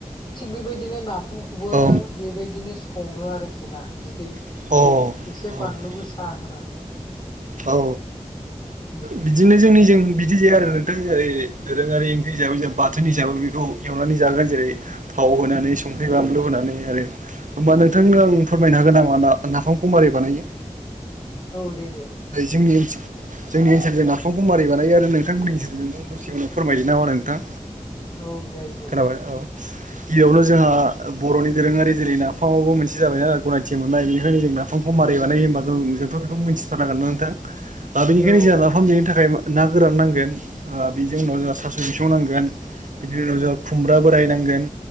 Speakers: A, on the left; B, on the right.
A: थिग बेबायदिनो नाफामखौबो
B: औ
A: बेबायदिनो सङो आरो। खिना बिदै
B: औ
A: एसे
B: औ
A: बानलु गोसा होनानै।
B: औ,
A: उम
B: बिदिनो जोंनि जों, बिदि जाया आरो नोंथां ओरै दोरोङारि ओंख्रि हिसाबै जों बाथोन हिसाबै बेखौ एवनानै जागोन जेरै, थाव होनानै
A: उम
B: संख्रि बानलु होनानै आरो होमबा नोंथांनो
A: उम
B: आं फोरमायनो हागोन नामा ना नाफामखौ माबोरै बानायो?
A: औ दे, दे
B: जोंनि ओनसोल
A: एसे
B: जों नाफामखौ मारि बानायो आरो नोंथांमोननि गेजेरजों दसे उनाव फोरमायदो नामा सोनो नोंथां।
A: औ जायो जायो।
B: खोनाबाय औ गिबियावनो जोंहा बर'नि दोरोङारि जेरै नाफामाबो मोनसे जाबायना गनायथि मोननाय बेनिखायनो जोंना नाफामखौ मारि
A: ओ
B: बानाय होनोमबा जोंथ' बेखौ मिथिथारनांगोन ना नोंथां। दा बेनिखायनो
A: औ
B: जोंहा नाफाम बानायनो थाखाय ना गोरान नांगोन ओ बिनि उनाव
A: उम
B: जोंहा सास' बिसं नांगोन। बिनि उनाव
A: उम
B: जोंहा खुमब्रा बोरायनांगोन